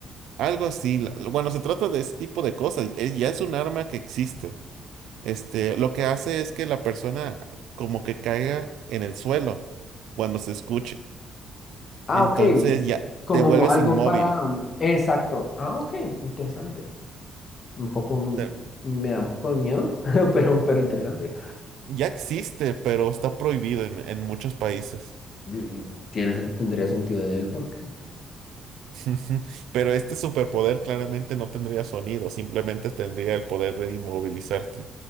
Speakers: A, on the right; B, on the left.
A: Algo así. la- Bueno, se trata de ese tipo de cosas. eh, Ya es un arma que existe. Este, lo que hace es que la persona como que caiga en el suelo cuando se escuche.
B: Ah,
A: Entonces
B: ok.
A: ya
B: Como
A: te vuelves
B: algo
A: inmóvil.
B: para... mm, Exacto. Ah, ok. Interesante. Un poco... mm,
A: Te-
B: Me da un poco de miedo, <laughs> pero, pero interesante.
A: ya existe, pero está prohibido en, en muchos países.
B: Mm, Tiene, sen- tendría sentido del por qué.
A: <laughs> Pero este superpoder claramente no tendría sonido, simplemente tendría el poder de inmovilizarte.